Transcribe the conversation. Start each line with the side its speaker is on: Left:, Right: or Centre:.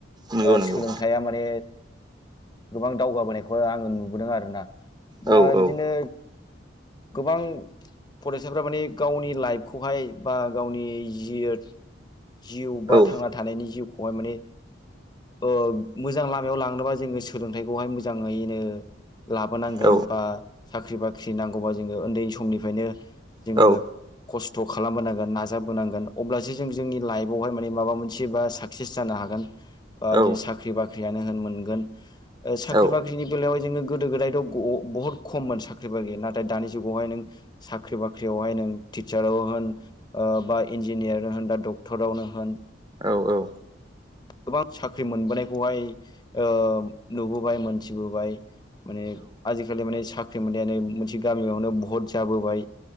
Right: नंगौ
Left: ओ
Right: नंगौ
Left: सोलोंथाइया माने गोबां दावगाबोनायखौ आङो नुबोदों आरोना
Right: औ
Left: ओ बिदिनो
Right: औ
Left: गोबां फरायसाफोरा माने गावनि लाइफ खौहाय बा गावनि जि ओ जिउ
Right: औ
Left: बा थांना थानायनि जिउखौहाय माने ओ मोजां लामायाव लांनोबा जोङो सोलोंथाइखौहाय मोजाङैनो लाबोनांगोन
Right: औ
Left: बा साख्रि बाख्रि नांगौबा जोङो ओन्दै समनिफ्रायनो जोङो
Right: औ
Left: खस्थ' खालामबोनांगोन नाजाबोनांगोन अब्लासो जों जोंनि लाइफआवहाय माने माबा मोनसे बा सा सेस जानो हागोन बा
Right: औ
Left: बिदिनो साख्रि बाख्रियानो होन मोनगोन ओ साख्रि
Right: औ
Left: बा <unintelligible> बेलायाव जोङो गोदो गोदायथ' ग' बहत खममोन साख्रि बाख्रि नाथाय दानि जुगावहाय नों साख्रि बाख्रियावहाय नों टिचाराव होन ओ बा इन्जिनियार होन बा डक थ'रावनो होन
Right: औ औ
Left: गोबां साख्रि मोनबोनायखौहाय ओ नुबोबाय मोनथिबोबाय माने आजिखालि माने साख्रि मोन्नायानो मोनसे गामियावनो बहत जाबोबाय